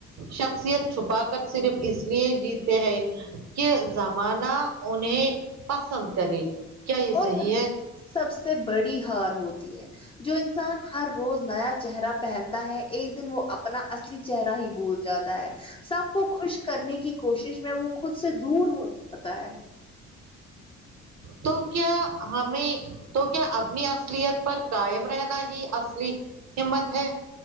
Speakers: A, on the right; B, on the left.
A: شخصیت چھپا کر صرف اس لیے جیت تے ہے کہ زمانہ انہیں پسند کرے کیا یہ
B: اور
A: صحیح
B: وہی
A: ہے
B: سب سے بڑی ہار ہوتی ہے جو انسان ہر روز نیا چہرہ پہنتا ہے ایک دن وہ اپنا اصلی چہرہ ہی بھول جاتا ہے سب کو خوش کرنے کی کوشش میں وہ خود سے دور ہو جاتا ہے
A: تو کیا ہمیں تو کیا اپنی اصلیت پر قائم رہنا ہی اصلی ہمت ہے